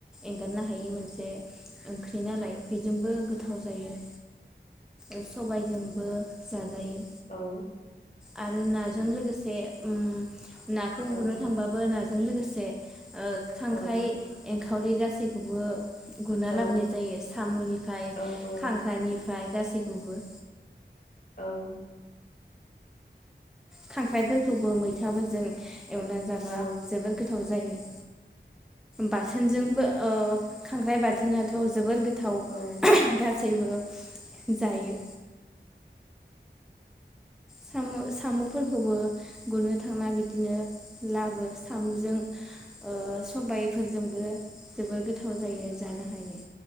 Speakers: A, in the centre; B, on the left.
A: एंगारनो हा हायै मोनसे ओंख्रि। नालाय बेजोंबो गोथाव जायो। ओ सबायजोंबो जाजायो।
B: औ
A: आरो नाजों लोगोसे उम नाखौ गुरनो
B: औ
A: थांबाबो ना जों लोगोसे ओ खांख्राइ
B: औ
A: एं खावरि गासैखौबो गुरना
B: औ
A: लाबोनाय जायो सामुनिफ्राय
B: औ औ
A: खांख्राइनि ओमफ्राय गासैखौबो
B: औ
A: खांख्राइफोरखौबो मैथाफोरजों एवना जाबा
B: औ
A: जोबोर गोथाव जायो बाथोन जोंबो ओ खांख्राइ बाथोनथ जोबोर गो थाव
B: औ
A: गासैबो जायो सामु सामु फोरखौबो गुरनो थांना बिदिनो लाबो सामुजों ओ सबाय फोरजों बो जोबोर गोथाव जायो जानो हायो